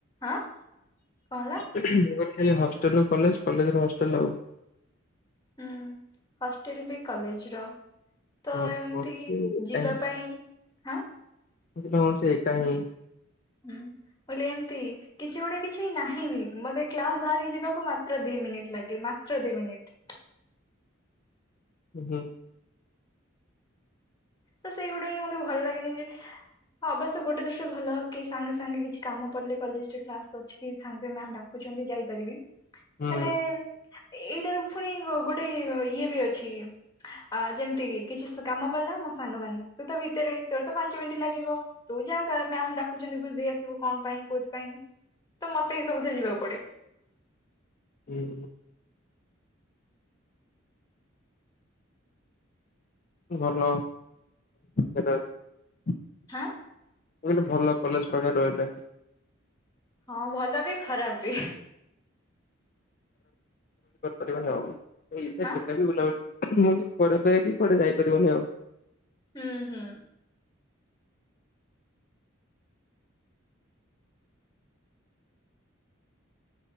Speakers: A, on the left (about 20°); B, on the left (about 40°).
A: ଆଁ କଣ ହେଲା।
B: ଖାଲି ହଷ୍ଟେଲରୁ କଲେଜ କଲେଜରୁ ହଷ୍ଟେଲ ଆଉ।
A: ହୁଁ ହଷ୍ଟେଲ ବି କଲେଜର ତ
B: ହଁ
A: ଏମିତି
B: ହଁ ସେ ଏକା
A: ଯିବା
B: ହିଁ ମୁଁ
A: ପାଇଁ ହଁ
B: <unintelligible> ସେ ଏକା ହିଁ।
A: ହୁଁ ବୋଲେ ଏମତି କିଛି ଗୋଟେ କିଛି ନାହିଁ ବି ମତେ କ୍ଲାସ ବାହାରିକି ଯିବାକୁ ମାତ୍ର ଦି ମିନିଟ୍ ଲାଗେ ମାତ୍ର ଦି ମିନିଟ୍
B: ହୁଁ।
A: ତ ସେଇଗୁଡା ହିଁ ମତେ ଭଲ ଲାଗେନି ଯେ ହଁ ଅବଶ୍ୟ ଗୋଟେ ଦୃଷ୍ଟି ଭଲ କି ସାଙ୍ଗେ ସାଙ୍ଗେ କିଛି କାମପଡ଼ିଲେ କଲେଜରେ କ୍ଲାସ କରେ ସାଙ୍ଗେ ସାଙ୍ଗେ ମ୍ୟାମ୍ ଡାକୁଛନ୍ତି ଯାଇପାରିବି
B: ହୁଁ
A: ହେଲେ ଏଇଟାର ପୁଣି ଗୋଟେ ଇଏ ବି ଅଛି ଅ ଯେମିତି କି କିଛି କାମ ପଡିଲା ମୋ ସାଙ୍ଗମାନୋନ ତୁ ତ ଭିତରେ ତୋର ତ ପାଞ୍ଚ ମିନିଟ ଲାଗିବ। ତୁ ଯାହା ମ୍ୟାାମ ଡାକୁଛନ୍ତି ବୁଝ ଦେଇ ଆସିବୁ କଣ ପାଇଁ କୋଉଥି ପାଇଁ ତ ମତେ ହିଁ ସବୁଥିରେ ଯିବାକୁ ପଡେ।
B: ହୁଁ। ଭଲ <unintelligible>
A: ଆଁ।
B: ମୁଁ କହିଲି ଭଲ କଲେଜ ପାଖରେ ରହିଲେ।
A: ହଁ ଭଲ ବି ଖରାପ ବି।
B: କରିବାର ଆଉ
A: ହାଁ
B: ସେତେ ବି ବୁଲାବୁଲି ମୁଁ ପରେେ ପ କି ପରେଆଡେ ଯାଇପାରିବନି ଆଉ।
A: ହୁଁ ହୁଁ।